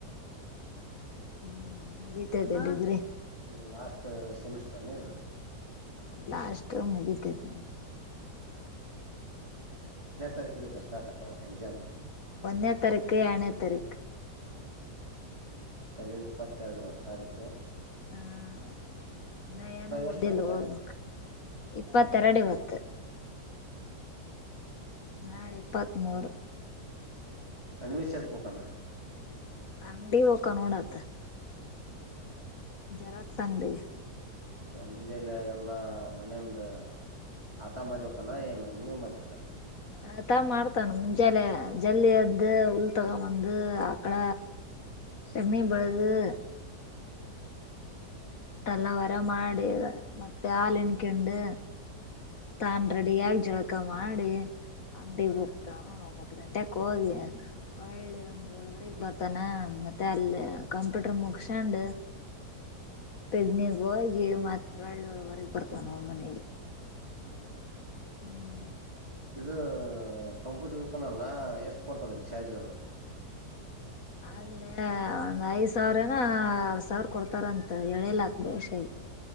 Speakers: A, on the right (about 15°); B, on the left (about 55°).
A: ಓ ಹೆಂಗೋ.
B: ಹ್ಮ್. ಮುಗಿತೈತೆ
A: ಹೇಗಿದೆ
B: ಡಿಗ್ರಿ
A: ಇದು ಲಾಸ್ಟ್ ಸೆಮಿಸ್ಟ್ರನೇ ಇದು.
B: ಲಾಸ್ಟ ಮುಗಿತೆದಿ.
A: ಎಷ್ಟನೇ ತಾರೀಕು ಇಂದ ಸ್ಟಾರ್ಟ್ ಆಗ್ತವ ಎಕ್ಸಾಮ್.
B: ಒಂದ್ನೇ ತಾರೀಕ ಎರ್ಡನೇ ತಾರೀಕ್.
A: ಹ್ಮ್ ಒತ್ತಲ್ಲಿ ಇಪ್ಪತ್ತೆರ್ಡು ಇವತ್ತ ತಾರೀಕ.
B: ಹ್ಮ. ನಾ ಏನು
A: ಎಷ್ಟು
B: ಓದಿಲ್ಲ
A: ಇವತ್ತು
B: ಹೋಗ್ಬೇಕ
A: ತಾರೀಕು
B: ಇಪ್ಪತ್ತೆರ್ಡ ಇವತ್ತು. ನಾಳ್ ಇಪ್ಪತ್ ಮೂರು.
A: ಅದ್ಮಿ ಶೆತ್ಕ ಹೋಕನ.
B: ಅಂಗ್ಡಿ ಹೊಕ ನೋಡಾತ.
A: ಹ್ಮ್.
B: ಜರಾಕ್ಸ್ ಅಂಗ್ಡಿ.
A: ಮುಂಜಾಲೆ ಎಲ್ಲಾ ಮನೆಯೊಂದ ಆತ ಮಾಡಿ ಹೊಕಾನ ಏನ್ ನೀವ್ ಮಾಡ್ತೀರ.
B: ಆತ ಮಾಡ್ತಾನ ಮುಂಜಲ್ಲೆ ಜಲ್ದಿ ಎದ್ದ ಉಲ್ ತಗೊಂಬಂದು ಆಕಳ ಸಗ್ಣಿ ಬಳ್ದು.
A: ಹ್ಮ್
B: ತ್ತಲ್ಲ ವರ ಮಾಡಿ, ಮತ್ತೆ ಹಾಲ ಹಿಡ್ಕಂಡು.
A: ಹ್ಮ್.
B: ತಾನ್ ರೆಡಿಯಾಗಿ ಜಳ್ಕ ಮಾಡಿ ಅಂಗ್ಡಿ ಹೋಗತ ನೋ ಒಂಬತ್ತು ಗಂಟೆಕ್ ಹೋಗಿ ಒಳ್ಳಿ ಒಂದ್ ಏಳುವರೆಗ್ ಬರ್ತಾನ ಮತ್ತೆ ಅಲ್ಲಿ ಕಂಪ್ಯೂಟರ್ ಮುಗ್ಕ್ಸಂಡ್.
A: ಹಾ
B: ಪೆಗ್ನಿಗ್ ಹೋಗಿ ಮತ್ ಒಳ್ ಏಳುವರಿಗ್ ಬರ್ತಾನ ಅವ್ನ್ ಮನಿಗೆ.
A: ಹೌದಾ.
B: ಹ್ಮ್.
A: ಇದು ಕಂಪ್ಯೂಟರ್ ಹೊಕನ್ ಅಲ್ಲ ಎಷ್ಟು ಕೊಡ್ತಾರ ಸ್ಯಾಲ್ರಿ ಅವ್ರು.
B: ಅಲ್ಲೇ ಒಂದ್ ಐದ್ ಸಾವ್ರನ ಆರ್ ಸಾವ್ರ ಕೊಡ್ತಾರಂತ ಹೇಳಿಲ್ಲ <unintelligible> ಆಗಿ.